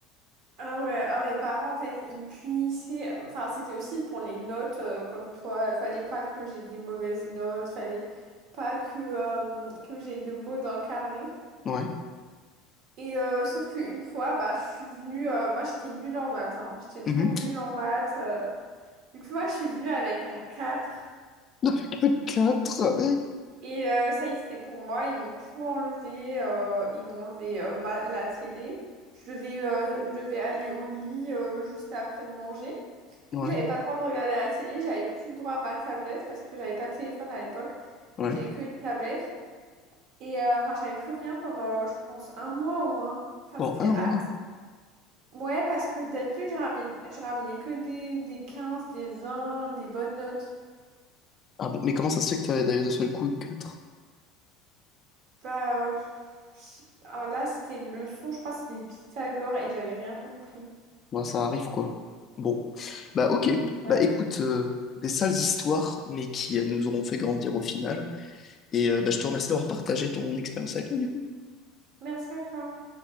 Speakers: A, on the right; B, on the left.
A: Ah ouais, ah, mes parents en fait, ils me punissaient. Enfin, c'était aussi pour les notes euh, comme toi. Il fallait pas que j'ai des mauvaises notes, fallait pas que, euh, que j'ai de mots dans le carnet.
B: Ouais.
A: Et euh, sauf qu'une fois, bah, je suis venue, euh, moi j'étais nulle en maths, hein. J'étais toujours
B: Mhm.
A: nulle en maths. euh. Du coup, moi, je suis venue avec un 4.
B: Avec le 4.
A: Et euh, ça y est, c'était pour moi. Ils m'ont tout enlevé. euh, ils m'ont enlevé euh, ma- la télé. Je devais, euh, je devais aller au lit euh, juste après le manger. Du
B: Ouais,
A: coup, j'avais pas le droit de regarder la télé. J'avais plus le droit à ma tablette parce que j'avais pas de téléphone à l'époque.
B: ouais.
A: J'avais que une tablette. Et euh, enfin, j'avais plus rien pendant, euh, je pense, un mois au moins. Enfin,
B: Bon,
A: c'était...
B: un
A: ah,
B: mois.
A: Ouais, parce que d'habitude, je ramenais, je ramenais que des, des quinze des vingt des bonnes notes.
B: Ah bon, mais comment ça se fait que t'as d'ailleurs d'un seul coup eu 4?
A: Bah, euh, je sais- ah, là, c'était une leçon, je crois, c'était Pythagore et j'avais rien compris.
B: Bon, ça arrive quoi. Bon. Bah ok.
A: Ouais.
B: Bah écoute, euh, des sales histoires, mais qui euh, nous auront fait grandir au final. Et euh, bah, je te remercie d'avoir partagé ton expérience avec moi du coup.
A: Merci à toi.